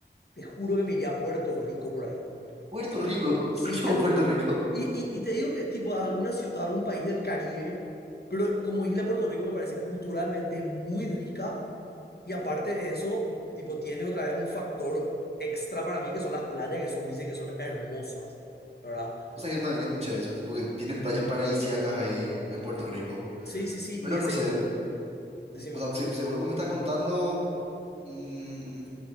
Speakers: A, on the left (about 60°); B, on the right (about 35°).
A: te juro que me iría a Puerto Rico por ahí.
B: Puerto
A: O-
B: Rico,
A: sí,
B: <laughs> ¿por qué
A: al,
B: vos Puerto Rico?
A: y, y, y te digo que tipo a, alguna ciu- a algún país del Caribe, pero como isla Puerto Rico me parece culturalmente muy rica y aparte de eso, tipo, tiene otra vez un factor extra para mí, que son las playas, que son, dicen que son hermosas, ¿verdad?
B: Vos sabés que también escuché eso, tipo que tienen playas paradisíacas ahí en Puerto Rico.
A: Sí, sí, sí,
B: Pero
A: y ese,
B: no sé,
A: decime,
B: o sea, se- según lo que me estás contando, Mm,